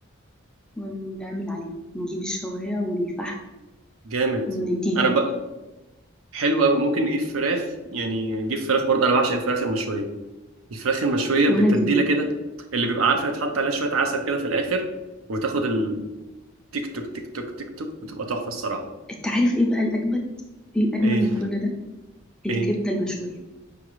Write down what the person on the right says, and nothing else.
جامد
أنا بقى حلو أوي ممكن نجيب فراخ يعني نجيب فراخ برضه أنا بعشق الفراخ المشوية الفراخ المشوية
بالتتبيلة
كده اللي بيبقى عارفة يتحط عليها شوية عسل كده في الآخر وتاخد التيك توك تيك توك تيك توك وتبقى تحفة الصراحة
إيه
إيه